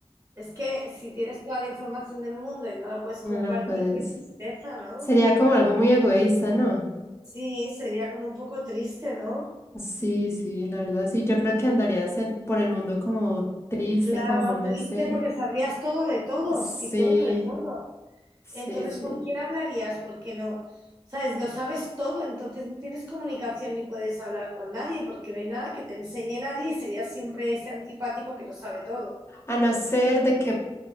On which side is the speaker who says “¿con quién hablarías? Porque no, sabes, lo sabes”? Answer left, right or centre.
Right